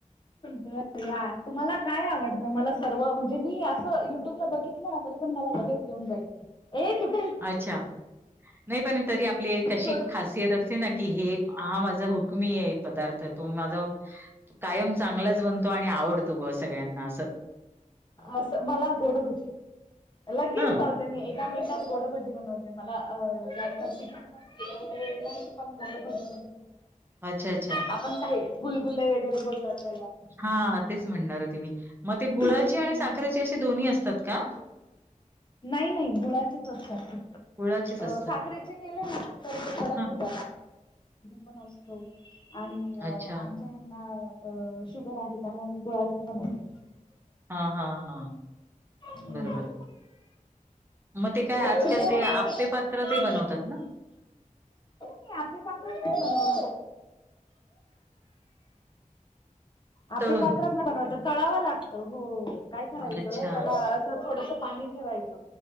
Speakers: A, on the left; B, on the right.
A: ब या तुम्हाला काय आवडतं, मला सर्व म्हणजे मी असं युट्यूबला बघितलं ना तरी पण मला लगेच येऊन जाईल. एकच <unintelligible>
B: अच्छा! नाही पण तरी आपली एक अशी
A: सोड
B: खासियत असते ना की हे हा माझा कु मी ये पदार्थ तो माझा <unintelligible> कायम चांगलाच बनतो आणि आवडतो ब सगळ्यांना असं.
A: असं, मला गोड भजी लगेच
B: हं.
A: बन मी एका मिनिटात गोडभजी बनवते, मला जास्त नाही प <unintelligible>
B: अच्छा! अच्छा!
A: आपण काही, गुलगुलले वगैरे बोलतात त्याला
B: हा तेच म्हणणार होते मी, मग ते गुळाची
A: हम्म
B: आणि साखरेची असे दोन्ही असतात का?
A: नाही, नाही, गुळाचेच असतात फक्त,
B: गुळाचेच असतात.
A: अ साखरे ड
B: हां.
A: होत पण असतो आणि आ
B: अच्छा.
A: <unintelligible> त्यांना शुगर आहे त्यामुळे मी गुळाातीच बनवते.
B: हा, हा, हा
A: हम्म.
B: बरोबर मग ते काय
A: तर
B: आजकाल
A: तुम्ही नाही
B: ते आपे पात्रातही
A: नाही
B: बनवतात ना?
A: नाही, आप्पेपात्रात नाही बनवत. आपे
B: तळून?
A: पात्रात ना य बनवत तळावं लागतं, हो काय करायचं
B: अच्छा.
A: त्याला थोडस पाणी ठेवायचं,